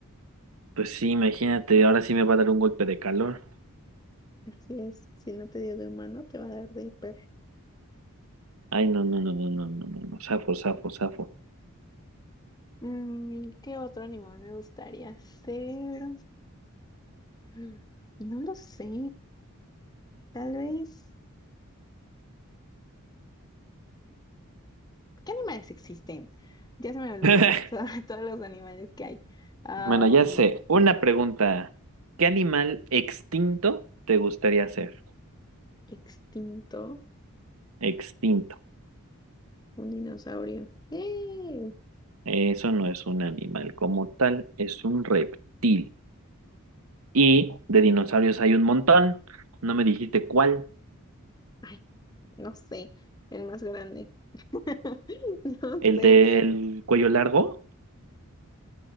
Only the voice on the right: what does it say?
Pues sí, imagínate, ahora sí me va a dar un golpe de calor.
Ay, no, no, no, no, no, no, no, no. Safo, safo, safo.
<laughs>
Bueno, ya sé. Una pregunta. ¿Qué animal extinto te gustaría ser?
Extinto.
Eso no es un animal como tal, es un reptil. Y de dinosaurios hay un montón. No me dijiste cuál.
¿El
del cuello largo?